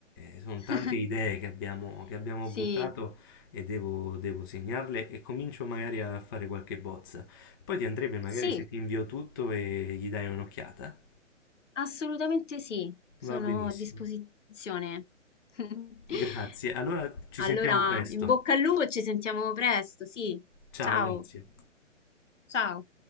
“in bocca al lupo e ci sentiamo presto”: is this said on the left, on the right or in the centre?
Left